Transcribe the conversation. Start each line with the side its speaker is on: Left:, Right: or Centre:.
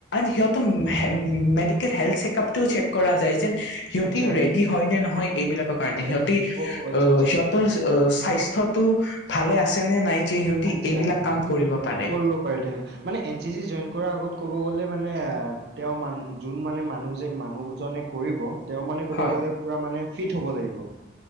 Left: সিহঁতৰ মেডিকেল হেল চেকআপটোও চেক কৰা যায় যেন সিহঁতি
Right: আচ্ছা
Left: ৰেডি হয় নে নহয় এইবিলাকৰ কাৰণে
Right: আচ্ছা
Left: সিহঁতি
Right: আচ্ছা অ আচ্ছা
Left: আহ
Right: আচ্ছা
Left: সিহঁতৰ স্বাস্থ্যত ভালে আছে নে নাই যে সিহঁতি
Right: আচ্ছা
Left: এইবিলাক কাম কৰিব। পাৰে
Right: কৰিব পাৰে তেওঁ মানে এন চি চি জইন কৰা আগত ক'ব গ'লে মানে তেওঁ মান যোন মানে মানুহ যে মানুহজনে কৰিব। তেওঁ মানে ক'ব
Left: হয়
Right: গ'লে পুৰা মানে ফিট হ'ব লাগিব